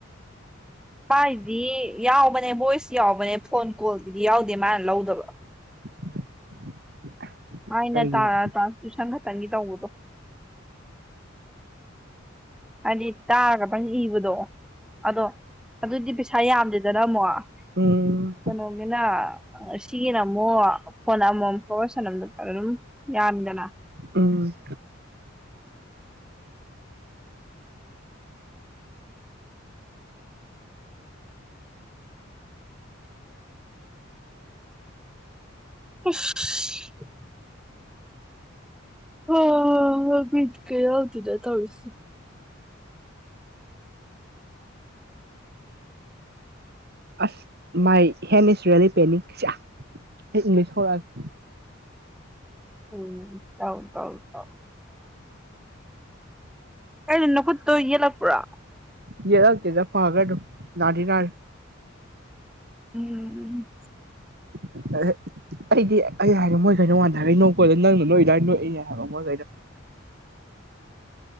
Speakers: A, in the centre; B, on the right (about 55°).
A: ꯃꯥꯥꯏꯗꯤ ꯌꯥꯎꯕꯅꯦ ꯚꯣꯏꯁ ꯌꯥꯎꯕꯅꯦ ꯐꯣꯟ ꯀꯣꯜꯗꯨꯗꯤ ꯌꯥꯎꯗꯦ ꯃꯥꯅ ꯂꯧꯗꯕ
B: <unintelligible> <inaudible>
A: ꯍꯥꯏꯅ
B: ꯀꯩꯒꯤꯅꯣ
A: ꯇꯥ ꯇ꯭ꯔꯥꯟꯁꯇꯁꯟ ꯈꯛꯇꯪꯒꯤ ꯇꯧꯕꯗꯣ ꯍꯥꯏꯗꯤ ꯇꯥꯔꯒ ꯄꯪ ꯏꯕꯗꯣ ꯑꯗꯣ ꯑꯗꯨꯗꯤ ꯄꯩꯁꯥ ꯌꯥꯝꯗꯦꯗꯅ ꯑꯃꯨꯛ
B: ꯎꯝ
A: ꯀꯩꯅꯣꯃꯤꯅꯥ ꯆꯤꯅ ꯑꯃꯨꯣ ꯄꯣꯟꯅ ꯑꯃꯣꯝ ꯐꯣꯁꯟ ꯑꯃꯝꯗ ꯑꯗꯨꯝ ꯌꯥꯅꯤꯗꯅ
B: ꯎꯝ
A: <unintelligible> <inaudible> ꯍ ꯃꯤꯠ ꯀꯦ ꯌꯥꯎꯗꯗ ꯊꯧꯔꯤꯁꯤ
B: ꯑꯁ ꯃꯥꯏ ꯍꯦꯟ ꯏꯁ ꯔꯤꯌꯦꯂꯤ ꯄꯦꯟꯅꯤꯡꯁ ꯑꯩ ꯏꯪꯂꯤꯁ ꯍꯧꯔꯛꯑꯒꯦ
A: ꯎꯝ ꯇꯥꯎ ꯇꯥꯎ ꯇꯥꯎ ꯀ ꯅꯈꯨꯠ ꯇ ꯏꯂꯥꯛꯄꯔꯥ
B: ꯌꯦ ꯂ ꯇꯗ ꯐꯥꯒꯔ ꯅꯔꯤꯅ
A: ꯎꯝ ꯎꯝ
B: <unintelligible> ꯑꯩꯗꯤ ꯑꯩ ꯍꯥꯏꯕ ꯃꯣꯏꯈꯩꯅ ꯋꯥꯟꯊꯈꯩ ꯅꯣꯛꯄꯗꯣ ꯅꯪꯅ ꯅꯣꯛꯏꯗ꯭ꯋꯥꯏꯅ ꯅꯣꯛꯏꯅꯦ ꯍꯥꯏꯕ ꯃꯣꯏꯈꯩꯗꯣ